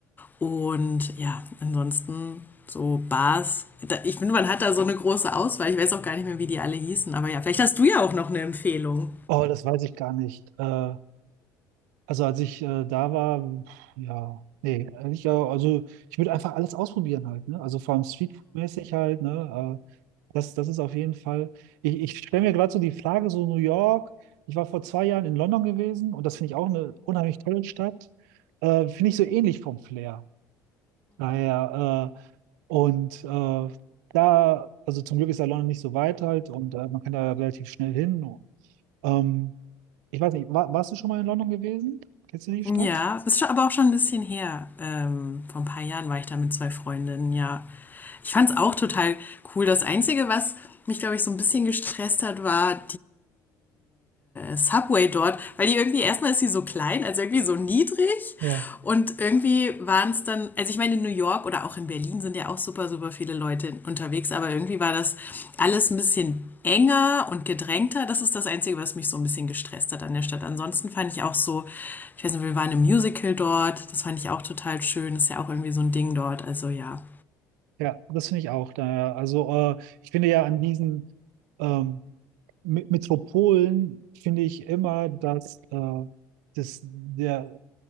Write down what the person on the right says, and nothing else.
Oh, das weiß ich gar nicht. Äh, also als ich äh, da war, pf, ja, nee, ehrlich, ja, also ich würde einfach alles ausprobieren halt, ne? Also vor allem Streetfood-mäßig halt, ne? Äh, das, das ist auf jeden Fall. Ich, ich stelle mir gerade so die Frage, so New York, ich war vor zwei Jahren in London gewesen und das finde ich auch eine unheimlich tolle Stadt. Äh, finde ich so ähnlich vom Flair. Daher, äh, und äh, da, also zum Glück ist der London nicht so weit halt und äh, man kann da relativ schnell hin. Ähm, ich weiß nicht, war, warst du schon mal in London gewesen? Kennst du die Stadt?
Ja,
ja, das finde ich auch. Daher, also äh, ich finde ja an diesen ähm, Me- Metropolen finde ich immer, dass äh, das, der,